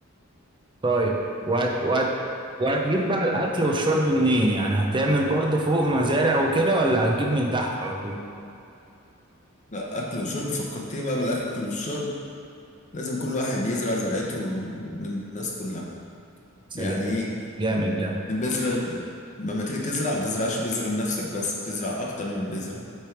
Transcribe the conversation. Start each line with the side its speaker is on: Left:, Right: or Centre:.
Right: طيب وهت وهت وهتجيب بقى الاكل والشرب منين يعني هتعمل برضه فوق مزارع وكده ولا هتجيب من تحت على طول
Left: لا اكل وشرب فكرتني بقى بالاكل والشرب لازم كل واحد يزرع زرعته للناس كلها يعني
Right: سلام
Left: ايه
Right: جامد ده
Left: البذره ال- لما تيجي تزرع ما تزرعش بذره لنفسك بس تزرع اكتر من بذره